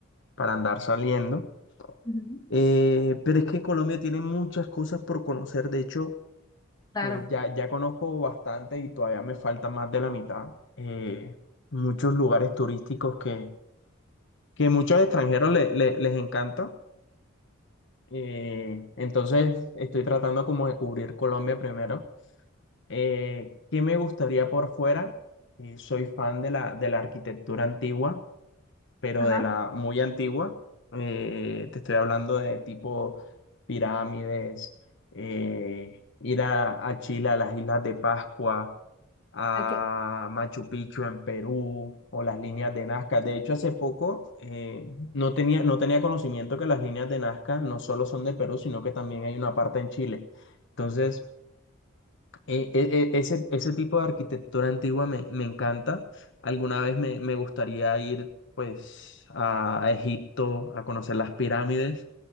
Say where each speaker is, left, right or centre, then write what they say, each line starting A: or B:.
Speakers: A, on the left (about 60°); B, on the left (about 20°).
A: para andar saliendo.
B: Ujú.
A: Eh, pero es que Colombia tiene muchas cosas por conocer, de hecho,
B: Claro.
A: pues ya, ya conozco bastante y todavía me falta más de la mitad. Eh, muchos lugares turísticos que, que muchos extranjeros le- le- les encanta. Eh, entonces, estoy tratando como de cubrir Colombia primero. Eh, ¿qué me gustaría por fuera? Eh, soy fan de la, de la arquitectura antigua, pero
B: Ajá.
A: de la muy antigua. Eh, te estoy hablando de tipo pirámides, eh, ir a, a Chile, a las Islas de Pascua, a
B: Hay que...
A: Machu Picchu en Perú o las líneas de Nazca. De hecho, hace poco eh, no tenía, no tenía conocimiento que las líneas de Nazca no solo son de Perú, sino que también hay una parte en Chile. Entonces... E- e- e- ese, ese tipo de arquitectura antigua me, me encanta. Alguna vez me, me gustaría ir pues a, a Egipto a conocer las pirámides,